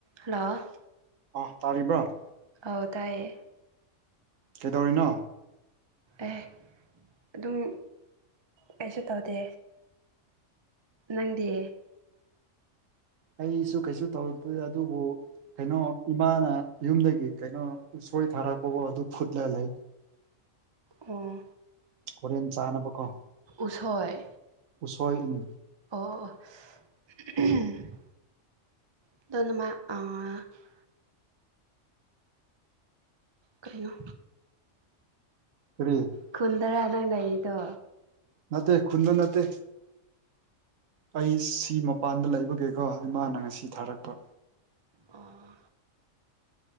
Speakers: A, on the right; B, on the right.
A: Hello
B: ꯑꯥ ꯇꯥꯔꯤꯕꯔꯥ
A: ꯑꯧ ꯇꯥꯌꯦ
B: ꯀꯩꯗꯧꯔꯤꯅꯣ
A: ꯑꯦ ꯑꯗꯨꯝ ꯀꯩꯁꯨ ꯇꯧꯗꯦ ꯅꯪꯗꯤ
B: ꯑꯩꯁꯨ ꯀꯩꯁꯨ ꯇꯧꯗꯦ ꯑꯗꯨꯕꯨ ꯀꯩꯅꯣ ꯏꯃꯥꯅ ꯌꯨꯝꯗꯒꯤ ꯀꯩꯅꯣ ꯎꯁꯣꯏ ꯊꯥꯔꯛꯄꯀꯣ ꯑꯗꯨ ꯐꯨꯠꯂꯒ ꯂꯩ
A: ꯑꯣ
B: ꯍꯣꯔꯦꯟ ꯆꯥꯅꯕ ꯀꯣ
A: ꯎꯁꯣꯏ
B: ꯎꯁꯣꯏ ꯎꯝ
A: ꯑꯣ <unintelligible> <unintelligible> ꯀꯔꯤꯅꯣ
B: ꯀꯔꯤ
A: ꯈꯨꯟꯗꯔꯥ ꯅꯪ ꯂꯩꯔꯤꯗꯣ
B: ꯅꯠꯇꯦ ꯈꯨꯨꯟꯗ ꯅꯠꯇꯦ ꯑꯩ ꯁꯤ ꯃꯄꯥꯟꯗ ꯂꯩꯕꯒꯦꯀꯣ ꯏꯃꯥꯅ ꯉꯁꯤ ꯊꯥꯔꯛꯄ
A: ꯑꯣ